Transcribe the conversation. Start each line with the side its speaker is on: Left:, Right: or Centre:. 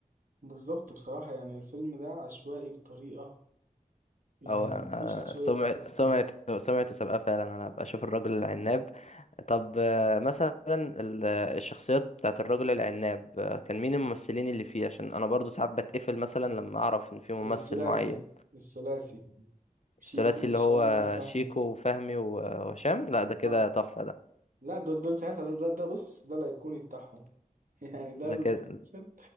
Right: بالظبط بصراحة يعني الفيلم ده عشوائي بطريقة يعني
Left: او أنا-
Right: مفيش عشوائية
Left: سمعة
Right: أكتر من
Left: سمعته
Right: كده
Left: سمعته سابقه فعلا انا هبقى اشوف الرجل العناب طب آه، مثلا ال- الشخصيات بتاعت الرجل العناب آه، كان مين الممثلين اللي فيه عشان انا برضو ساعات بتقفل مثلا لما اعرف ان في ممثل
Right: الثلاثي
Left: معين
Right: الثلاثي شيكو
Left: الثلاثي اللي
Right: هشام
Left: هو
Right: وفهمي
Left: شيكو وفهمي و- وهشام لا ده كده
Right: اه
Left: تحفة ده
Right: لا دول دول ساعتها ده, ده, ده بص ده الأيقوني بتاعهم <laughs> يعني ده
Left: ده
Right: المسلسل
Left: كده